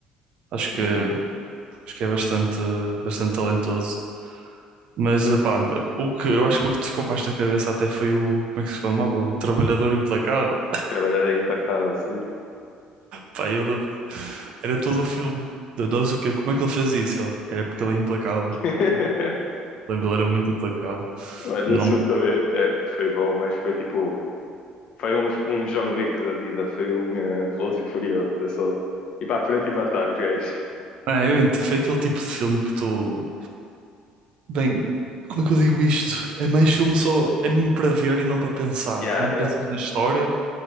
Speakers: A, on the right (about 50°); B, on the left (about 50°).
A: Acho
B: Uhum.
A: que, acho que é bastante, bastante talentoso. Mas, eh, pá, o que, eu acho que o que te ficou mais na cabeça até foi o, como é que se chamava? O Trabalhador Implacável.
B: Trabalhar é impecável, sim.
A: Pá, eu lembro que era todo o filme da Dose o quê? Como é que ele fazia isso? Ele- Era porque ele é implacável.
B: <laughs>
A: Pá, lembro, ele era muito implacável.
B: Mas
A: Não,
B: esse filme também é, foi bom, mas foi tipo. Foi um, um John Wick da vida, foi um eh, Velozes e Furiosos. É só ir para a frente e matar os gajos.
A: é, eu entendo, foi aquele tipo de filme que tu. Bem, como é que eu digo isto? É mais filme só. É mesmo para ver e não para pensar.
B: Yeah,
A: Não pensas
B: yeah.
A: na história,